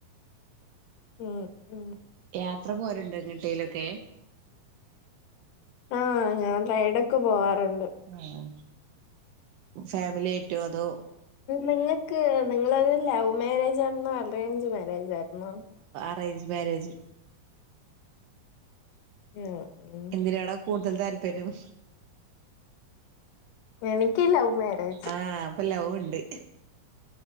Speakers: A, on the left (about 85°); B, on the right (about 75°).
A: മം ഉം.
B: യാത്ര പോല്ണ്ടൊ എങ്ങട്ടയിലൊക്കെ?
A: ആഹ് ഞാൻ റൈഡ് ഒക്കെ പോവാറുണ്ട്.
B: ആഹ് ഫാമിലി ആയിട്ടോ അതോ
A: നിങ്ങൾക്ക് നിങ്ങളത് ലവ് മാര്യേജ് ആയിരുന്നോ അറേഞ്ച് മാര്യേജ് ആയിരുന്നോ?
B: Arrange marriage.
A: ഉം ഉം
B: ഏതിനോടാ കൂടുതൽ താല്പര്യം.
A: എനിക്ക് ലവ് മാരേജ്.
B: ആഹ് അപ്പൊ ലവ് ഉണ്ട്